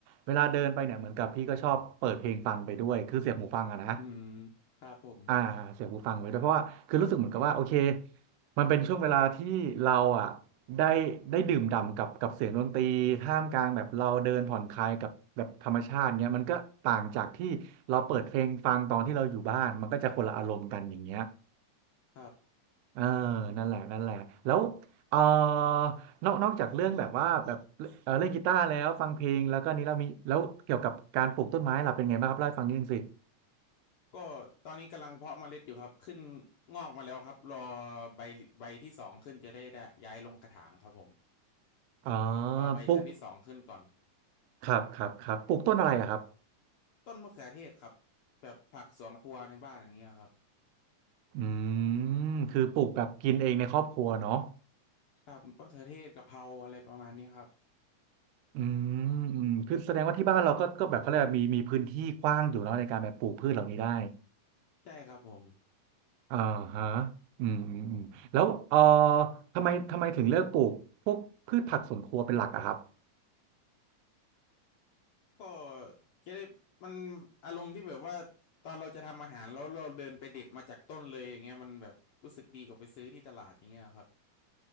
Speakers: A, on the right (about 80°); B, on the left (about 70°).
A: เวลาเดินไปเนี่ยเหมือนกับพี่ก็ชอบเปิดเพลงฟังไปด้วยคือเสียบหูฟังอะนะ
B: อืมครับผม
A: อ่าเสียงหูฟังไว้ด้วยเพราะว่าคือรู้สึกเหมือนกับว่าโอเคมันเป็นช่วงเวลาที่เราอ่ะได้ได้ดื่มด่ำกับกับเสียงดนตรีท่ามกลางแบบเราเดินผ่อนคลายกับแบบธรรมชาติเงี้ยมันก็ต่างจากที่เราเปิดเพลงฟังตอนที่เราอยู่บ้านมันก็จะคนละอารมณ์กันอย่างเงี้ย
B: ครับ
A: เออนั่นแหละนั่นแหละแล้วเออนอกนอกจากเรื่องแบบว่าแบบเออเล่นกีตาร์แล้วฟังเพลงแล้วก็นี้เรามีแล้วเกี่ยวกับการปลูกต้นไม้ล่ะเป็นไงบ้างครับเล่าให้ฟังนิดนึงสิ
B: ก็ตอนนี้กำลังเพาะเมล็ดอยู่ครับขึ้นงอกมาแล้วครับรอใบใบที่สองขึ้นจะได้ได้ย้ายลงกระถางครับผม
A: อ๋อ
B: รอใบชั้นที่สองขึ้นก่อน
A: ปลูกครับครับครับปลูกต้นอะไรอะครับ
B: ต้นมะเขือเทศครับแบบผักสวนครัวในบ้านอย่างเงี้ยครับ
A: อืม คือปลูกแบบกินเองในครอบครัวเนาะ
B: ครับมะเขือเทศกะเพราอะไรประมาณนี้ครับ
A: อืมอืม คือแสดงว่าที่บ้านเราก็ก็แบบเขาเรียกว่ามีมีพื้นที่กว้างอยู่เนาะในการแบบปลูกพืชเหล่านี้ได้
B: ใช่ครับผม
A: อ่าฮะอืมอืมอืมแล้วเอ่อทำไมทำไมถึงเลือกปลูกพวกพืชผักสวนครัวเป็นหลักอะครับ
B: ก็จะได้มันอารมณ์ที่แบบว่าตอนเราจะทำอาหารแล้วเราเดินไปเด็ดมาจากต้นเลยอย่างเงี้ยมันแบบรู้สึกดีกว่าไปซื้อที่ตลาดอย่างเงี้ยครับ